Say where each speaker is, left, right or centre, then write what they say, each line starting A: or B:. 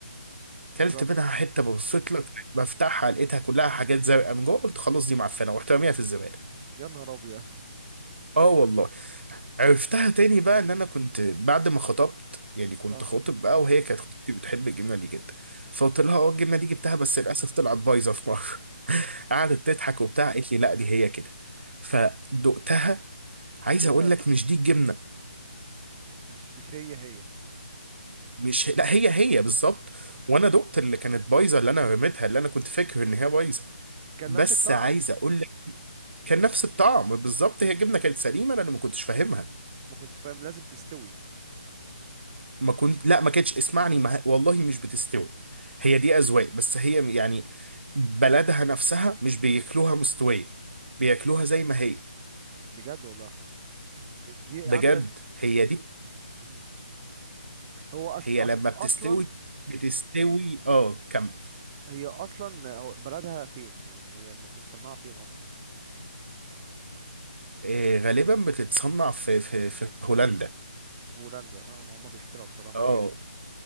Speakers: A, on the right; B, on the right.
A: تجرب
B: كلت منها حتة ببصيت لك بفتحها لقيتها كلها حاجات زرقاء من جوه قلت خلاص دي معفنة ورحت راميها في الزبالة
A: يا نهار ابيض
B: اه والله عرفتها تاني بقى ان انا كنت بعد ما خطبت يعني كنت
A: اه
B: خاطب بقى وهي كانت خطيبتي بتحب الجبنة دي جدا فقلت لها اه الجبنة دي جبتها بس للأسف طلعت بايظة في مرة قعدت تضحك وبتاع قالت لي لا دي هي كده فدقتها عايز
A: لقيتها
B: اقول لك مش دي الجبنه
A: مش مش هي هي
B: مش لا هي هي بالظبط وانا دقت اللي كانت بايظه اللي انا رميتها اللي انا كنت فاكر ان هي بايظه
A: كان
B: بس
A: نفس الطعم
B: عايز
A: م-
B: اقول لك كان نفس الطعم بالظبط
A: م-
B: هي
A: م.
B: الجبنه كانت سليمه انا اللي ما كنتش فاهمها
A: ما كنتش فاهم لازم تستوي
B: ما كنت لا ما كانتش اسمعني ما... والله مش بتستوي هي دي اذواق بس هي يعني بلدها نفسها مش بياكلوها مستويه بياكلوها زي ما هي
A: بجد والله دي
B: بجد
A: عاملة ش-
B: هي دي
A: <clears throat> م. هو أص...
B: هي
A: أص...
B: لما بتستوي
A: أصلا
B: بتستوي اه كم
A: هي أصلا هو بلدها فين يعني هي م- متصنعة فين أصلا
B: آه غالبا بتتصنع في في في هولندا
A: هولندا اه ما هما بيخترعوا بصراحة في
B: اه
A: الحاجات دي